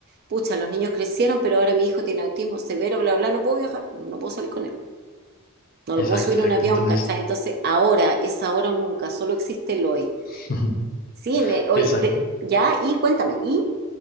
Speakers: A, on the right; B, on the left.
A: Pucha, los niños crecieron, pero ahora mi hijo tiene autismo severo, bla, bla, no puedo viajar, no puedo salir con él, no
B: exacto,
A: lo puedo subir
B: exacto,
A: a un avión,
B: entonces,
A: ¿cachai? Entonces, ahora es ahora o nunca, solo existe el hoy.
B: <laughs>
A: Sí, me, oye,
B: exacto.
A: pe- ya, y cuéntame, ¿y?